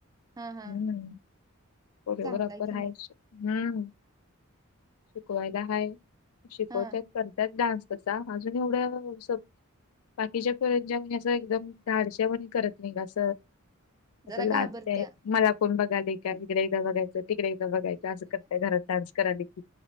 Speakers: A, on the right; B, on the left.
A: हा हा
B: हं कोरिओग्राफर
A: चांगला की मग
B: आहे. '' ''हं, शिकवायला आहे शिकवतात.
A: हा
B: '' करत्यात डान्स तसा, अजून एवढं स- बाकीच्या पोर <unintelligible> एकदम धाडशी, ''जेवण करत नाही गं अस, अस
A: जरा घाबरत्या
B: लाजते मला कोण बघायला का? इकडे बघाय, '' ''तिकडे एकदा बघायचं असं, करतय घरात डान्स कराला की